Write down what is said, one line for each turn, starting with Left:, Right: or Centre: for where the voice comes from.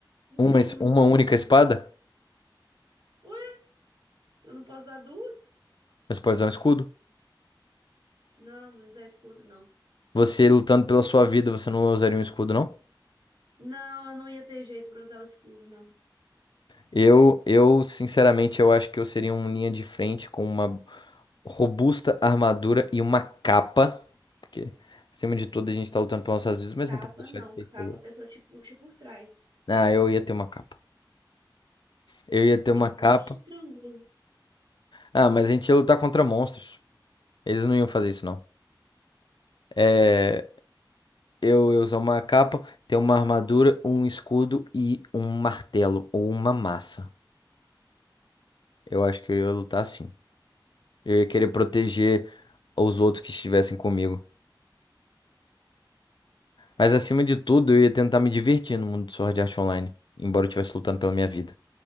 Right: Não
Left: Uma,
Right: tem
Left: es-
Right: muito
Left: uma
Right: mais
Left: única
Right: pra
Left: espada?
Right: gente. Ué, eu não posso usar duas?
Left: Mas pode usar um escudo?
Right: Não, não usar escudo, não.
Left: Você lutando pela sua vida, você não usaria um escudo, não?
Right: Não, eu não ia ter jeito pra usar o escudo, não.
Left: Eu, eu, sinceramente, eu acho que eu seria um linha de frente com uma. robusta armadura e uma capa. Porque, acima de tudo, a gente tá lutando pelas nossas vidas, mas
Right: Capa,
Left: não pode deixar
Right: não.
Left: de ser
Right: Capa
Left: pelo.
Right: a pessoa te puxa por trás.
Left: Ah, eu ia ter uma capa. Eu ia ter uma
Right: Te
Left: capa.
Right: puxa e te estrangula.
Left: Ah, mas a gente ia lutar contra monstros. Eles não iam fazer isso, não. É, eu ia usar uma capa, ter uma armadura, um escudo e um martelo ou uma massa. Eu acho que eu ia lutar assim. Eu ia querer proteger os outros que estivessem comigo. Mas acima de tudo, eu ia tentar me divertir no mundo do Sword Art Online, embora eu estivesse lutando pela minha vida.